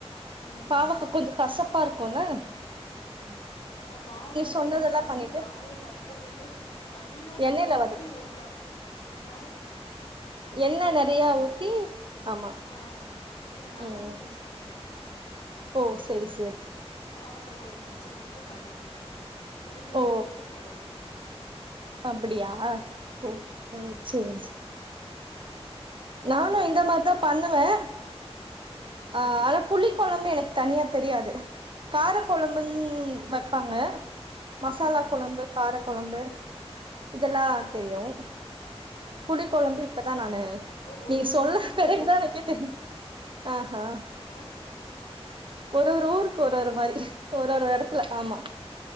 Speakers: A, on the left (about 80°); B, on the right (about 50°).
A: ம்
B: பாவக்கா
A: ம்
B: கொஞ்சோ கசப் பார்க்குன்ன
A: ஆ நா பாவக்காய
B: சொன்னதெல்லாம்
A: வந்து ஃபஸ்ட்டு
B: பண்ணிட்டு
A: காய கட் பண்ணிட்டு நல்லா
B: எண்ணெயில
A: எண்ணை
B: வதக்கு
A: ஊத்தி ஒரு டம் என்னக்கா
B: என்ன
A: வதக்கிருவே
B: நெறைய ஊத்தி ஆமா
A: ஆ இதுக்கு நல்லெண்ணை
B: ம், ம்.
A: யூஸ் பண்ணுவே
B: ஓ! சரி, சரி.
A: பாவக்கா கொழம்பு வச்சா மட்டும் நல்லெண்ண மீதி எல்லாத்துக்கி
B: ஓ!
A: கடலெண்ண
B: அப்படியா? ஓ
A: ம்
B: ஓ சேரி சேரி நானும் இந்த மாரிதான் பண்ணுவேன்
A: ம்
B: ஆ ஆன புளி போலாமே எனக்கு தனியா தெரியாது கார குழம்புன்
A: எனக்கு
B: வட் பாங்க மசாலா
A: ம் ம்
B: குழம்பு கார குழம்பு <inaudible> இதெல்லாம் தெரியும்
A: எ ம்
B: புளி குழம்பு இப்பதான்நானு
A: இந்த ஒரு
B: நீ
A: ஒரு
B: சொல்ல
A: ஊருக்கு
B: பிறகுதான்
A: ஒரு ஒரு
B: எனக்கே
A: மாதிரி
B: தெரியும் ஆஹ்ஹா
A: என்னக்கா
B: ஒரு ஒரு ஊருக்கு ஒரு ஒரு மாரி ஒரு ஒரு இடத்துல
A: ஆ
B: ஆமா